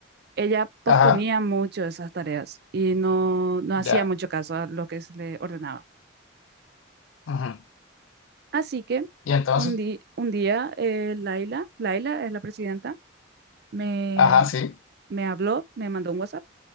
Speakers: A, on the right (about 55°); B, on the left (about 85°).
A: ella posponía
B: Ajá.
A: mucho esas tareas y no, no hacía
B: Ya.
A: mucho caso a lo que se le ordenaba.
B: ujú.
A: Así que
B: Y entonces,
A: un, di- un día eh, Laila, Laila es la presidenta, me,
B: ajá, sí.
A: me habló, me mandó un WhatsApp